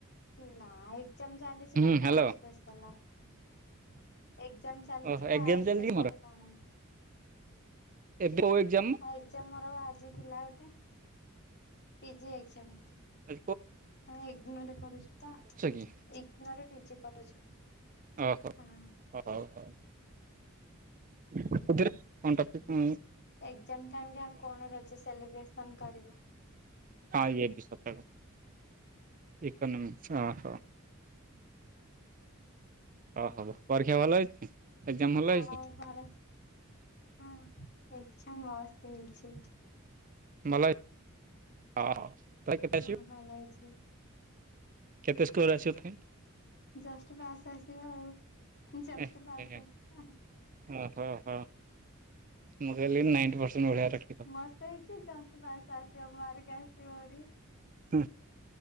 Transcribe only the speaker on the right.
ହୁଁ
ହ୍ୟାଲୋ
ଓହୋ
ଏକ୍ଜାମ
ଚାଲିଛି
କି ମୋର
ଏବେ କୋଉ ଏକ୍ଜାମ
ଆ
କି
ଓହୋ ହ
ହଉ <inaudible>
ହଁ ଏ ବି ସ ଇକନମିକ୍ସ ହ ହ ଓ ହୋ ପରୀକ୍ଷା ଭଲ ହେଇଛି। ଏକ୍ଜାମ ଭଲ
ହେଇଛି
ଭଲ ତ କେତେସ
କେତେ ସ୍କର ଆସିବ ତାହାଲେ
ଏ
ହେ
ଓ ହୋ ହୋ ମୁଁ କହିଲି ନାଇଣ୍ଟି ପରର୍ସେଣ୍ଟ ଭଳିଆ ରଖ
ହୁଁ